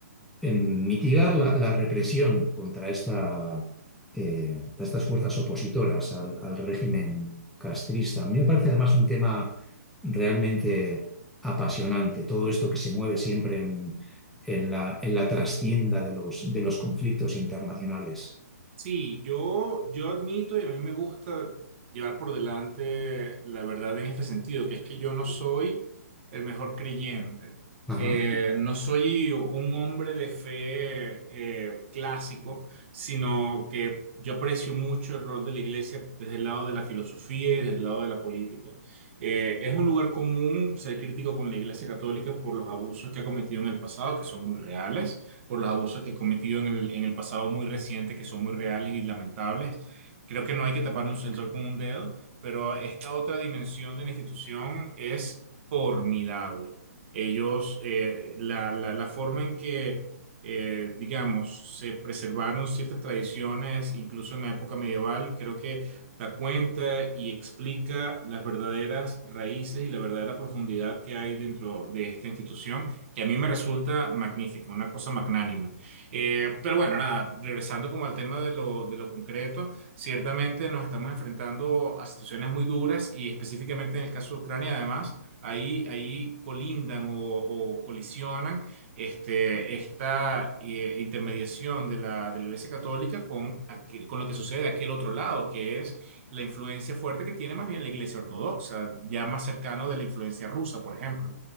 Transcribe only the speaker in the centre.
en mitigar la, la represión contra esta, eh, de estas fuerzas opositoras al, al, régimen castrista. A mí me parece además un tema realmente apasionante, todo esto que se mueve siempre en, en la, en la trastienda de los, de los conflictos internacionales.
Ajá.